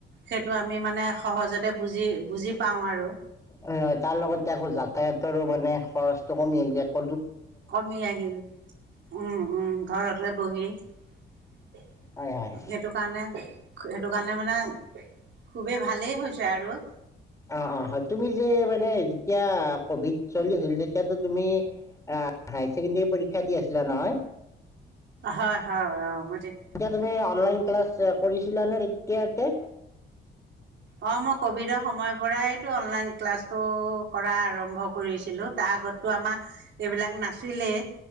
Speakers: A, on the right; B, on the left.
A: সেইটো আমি মানে সহজতে বুজি বুজি পাওঁ আৰু
B: হয়, হয় তাৰ লগতে আকৌ যাতায়াতৰো মানে খৰচটো কমি আহি যায়।
A: কমি আহিল উম, উম, ঘৰত বহি সেইটো
B: হয় হয়।
A: কাৰণে, সেইটো কাৰণে মানে খুবেই ভালেই হৈছে আৰু
B: অ', অ', হয় তুমি যে মানে যেতিয়া ক'ভিড চলি আছিল তেতিয়া তুমি হাইছেকেণ্ডাৰী পৰীক্ষা দি আছিলা নহয়।
A: হয়, হয়, অ', ম
B: এতিয়া তুমি অনলাইন ক্লাছ কৰিছিলা নে তেতিয়াতে?
A: অ', মই ক'ভিডৰ সময়ৰ পৰাইতো অনলাইন ক্লাছটো কৰা আৰম্ভ কৰিছিলো তাৰ আগতো আমাৰ এইবিলাক নাছিলেই।